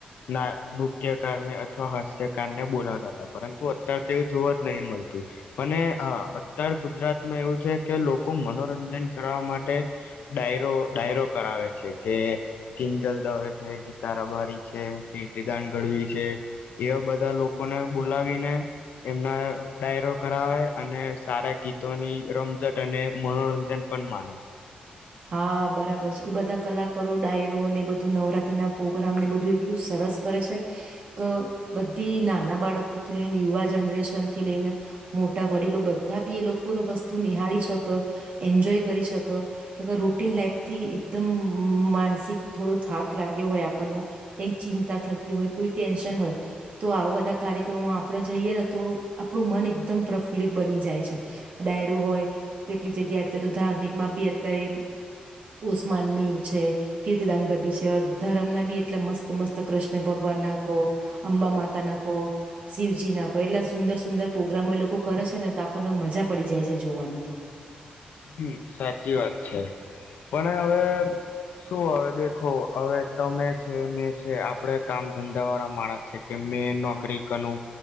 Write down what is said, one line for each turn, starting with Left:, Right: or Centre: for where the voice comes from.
Left: ના નૃત્યકારને અથવા હાસ્યકારને બોલાવતા તા, પરંતુ અત્યાર તો જોવા જ નહીં મલતું, અને અહ અતર ગુજરાતમાં એવું છે કે લોકો મનોરંજન કરવા માટે ડાયરો-ડાયરો કરાવે છે, કે કિંજલ દવે છે, ગીતા રબારી છે, કીર્તિદાન ગઢવી છે એવા બધા લોકોને બોલાવીને એમના ડાયરો કરાવે અને સારા ગીતોની રમજટ અને મનોરંજન પણ માણે છે.
Right: હા બરાબર છે. એ બધા કલાકારો ડાયરો ને એ બધું નવરાત્રી ના પોગ્રામને બધું એટલું સરસ કરે છે, ક બધી નાના બાળકોથી લઈને યુવા જનરેશન થી લઈને મોટા વડીલો બધા બી એ લોકોનો વસ્તુ નિહાળી શક, એન્જોય કરી શક કે ભઈ રૂટીન લાઈફથી એકદમ મમ માનસિક થોડો થાક લાગ્યો હોય આપણને, કંઈક ચિંતા થતી હોય, કોઈ ટેન્શન હોય, તો આવા બધા કાર્યક્રમો આપણે જઈએ ને તો આપણું મન એકદમ પ્રફુલ્લિત બની જાય છે. ડાયરો હોય કેટલીક જગ્યા અત્યારે તો ધાર્મિકમાં બી કરે, ઉસ્માન મીર છે, કીર્તિદાન ગઢડી છે, ધરમના બી એટલા મસ્ત-મસ્ત કૃષ્ણ ભગવાન ના કહો, અંબા માતા ના કહો, શિવજી ના, એટલા સુંદર-સુંદર પોગ્રામો એ લોકો કરે છે ને તો આપણને મજા પડી જાય છે જોવાની તો.
Left: હમ્મ સાચી વાત છે. પણ હવે શું હવે દેખો હવે તમે છે, મેં છે, આપણે કામ ધંધા વાળા માણસ છે, કે મેં નોકરી કરું